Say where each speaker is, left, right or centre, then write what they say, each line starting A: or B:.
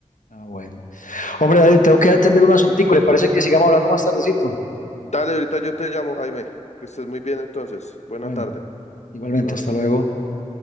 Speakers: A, on the left (about 80°); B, on the left (about 60°).
A: Ah, bueno. Hombre, David, tengo que atender un asuntico. ¿Le parece que sigamos hablando más tardecito?
B: Dale, ahorita yo te llamo, Jaime. Que estés muy bien entonces. Buena
A: Bueno,
B: tarde.
A: igualmente,
B: Un abrazo.
A: hasta luego.
B: Bueno.